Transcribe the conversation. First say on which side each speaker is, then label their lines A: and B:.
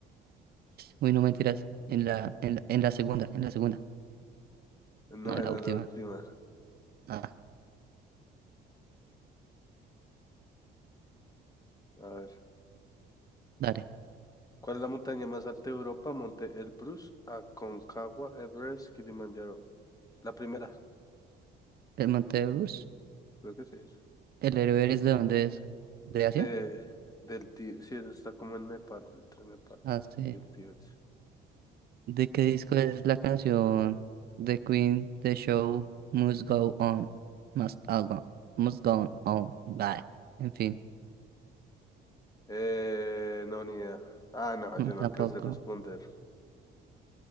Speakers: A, on the right; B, on the left.
A: Uy, no mentiras. En la, en la, en la segunda, en la segunda.
B: No
A: No, en
B: era
A: la última.
B: la última.
A: Ah,
B: A ver.
A: dale.
B: ¿Cuál es la montaña más alta de Europa? Monte Elbrus, Aconcagua, Everest, Kilimanjaro. La primera,
A: El Monte de Bruce.
B: creo que sí. es.
A: ¿El héroe es de dónde es? ¿De
B: De,
A: Asia?
B: del Tíbet. Sí, eso está como en Nepal, entre Nepal
A: Ah, sí.
B: y el Tíbet.
A: ¿De qué disco es la canción The Queen, The Show Must Go On? Must, all go, must Go On. Bye. En fin,
B: Eh, no, ni idea. Ah, no,
A: no
B: yo
A: tampoco.
B: no alcancé a responder.